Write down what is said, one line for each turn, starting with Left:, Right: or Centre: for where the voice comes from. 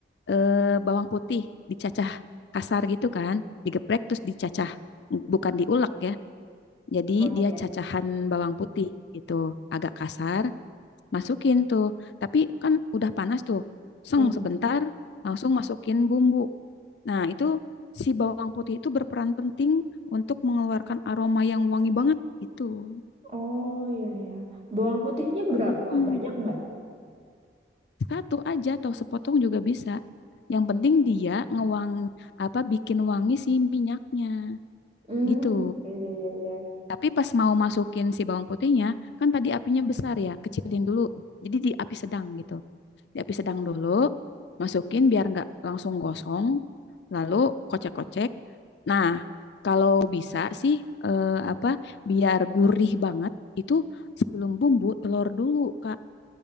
Left: eh, bawang putih dicacah kasar gitu kan, digeprek terus dicacah, bukan diulek ya. Jadi
Right: Oh
Left: dia
Right: iya.
Left: cacahan bawang putih gitu, agak kasar, masukin tuh. Tapi kan udah panas tuh. Seng
Right: Iya.
Left: sebentar, langsung masukin bumbu. Nah, itu si bawang putih itu berperan penting untuk mengeluarkan aroma yang wangi banget gitu.
Right: Oh iya ya. Bawang putihnya berapa?
Left: Mm-mm.
Right: Banyak nggak?
Left: Satu aja atau sepotong juga bisa. Yang penting dia ngewang apa bikin wangi si minyaknya
Right: Hmm,
Left: gitu.
Right: iya iya iya. iya.
Left: Tapi pas mau masukin si bawang putihnya, kan tadi apinya besar ya, kecilin dulu. Jadi di api sedang gitu. Di api sedang dulu, masukin biar nggak langsung gosong. Lalu kocek-kocek. Nah, kalau bisa sih eh, apa biar gurih banget itu sebelum bumbu telur dulu, Kak.